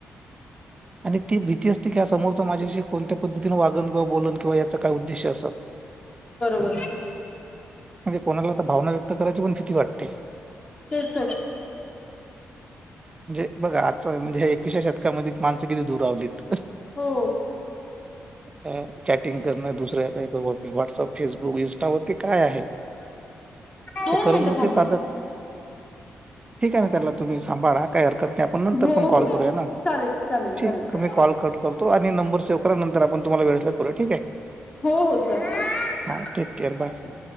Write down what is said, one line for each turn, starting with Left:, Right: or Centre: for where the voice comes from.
Right: आणि ती भीती ह समोरच माझ्याशी कोणत्या पद्धतीने वागण किंवा बोलण किंवा याचा काय उद्देश्य असं
Left: हो
Right: म्हणजे कोणाला आता भावना व्यक्त करायची पण किती वाटते
Left: ते स
Right: म्हणजे बघा आजच म्हणजे एकवीशा शतकामध्ये माणस किती दूर आवलीत.
Left: हो.
Right: ह ए चॅटिंग करणं दुसर्या <unintelligible> व्हॉट्सअप, फेसबुक, इन्स्टावरती काय आहे?
Left: दोन
Right: रून
Left: मिनिटं
Right: नुकी
Left: थांबा.
Right: साधत ठीक आहे
Left: हो
Right: तेला तुम्ही सांभाळा काय हरकत नाय, आपण नंतर
Left: हो
Right: पण कॉल करूया ना.
Left: चालेल चालेल चालेल
Right: ठीक
Left: सर
Right: मी कॉल कट करतो आणि नंबर सेव्ह करा, नंतर आपण तुम्हाला वेळ असला करूया ठीक य.
Left: हो हो सर चालेल
Right: हा टेक केअर बाय.